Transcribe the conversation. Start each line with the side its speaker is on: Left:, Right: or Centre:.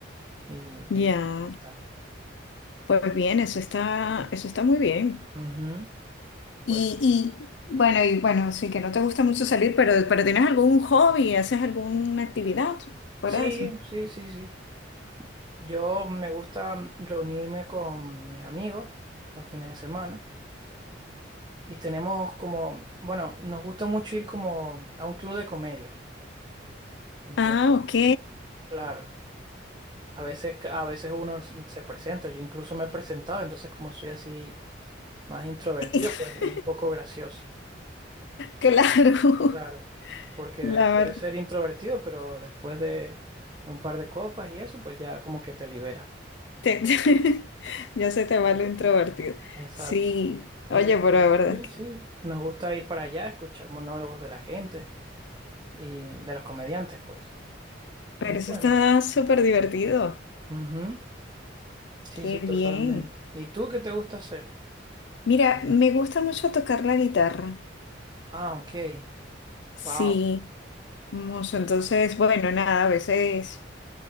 Right: y,
Left: ya.
Right: y ya está.
Left: Pues bien, eso está, eso está muy bien.
Right: Ujú.
Left: Y,
Right: Pues
Left: y bueno, y bueno, sí que no te gusta mucho salir, pero, pero ¿tienes algún hobby? ¿Haces alguna actividad fuera
Right: sí,
Left: de eso?
Right: sí, sí, sí. Yo me gusta reunirme con mis amigos los fines de semana y tenemos como, bueno, nos gusta mucho ir como a un club de comedia. Entonces,
Left: Ah, ok.
Right: claro, a veces, a veces uno se presenta, yo incluso me he presentado, entonces como soy así más introvertido,
Left: <laughs>
Right: pues es un poco gracioso.
Left: Claro.
Right: Claro, porque
Left: La verdad,
Right: puedes ser introvertido, pero después de un par de copas y eso, pues ya como que te libera.
Left: <laughs> ya se te va lo introvertido.
Right: Exacto.
Left: Sí, oye,
Right: Y
Left: pero
Right: de
Left: la verdad,
Right: hobby,
Left: que-
Right: sí, nos gusta ir para allá, escuchar monólogos de la gente y de los comediantes, pues.
Left: pero
Right: Y
Left: eso
Right: bueno,
Left: está súper divertido.
Right: ujú, Sí,
Left: Qué
Right: sí, totalmente.
Left: bien.
Right: ¿Y tú qué te gusta hacer?
Left: Mira, me gusta mucho tocar la guitarra.
Right: Ah, ok.
Left: Sí,
Right: Wow,
Left: mucho. Entonces, bueno, nada, a veces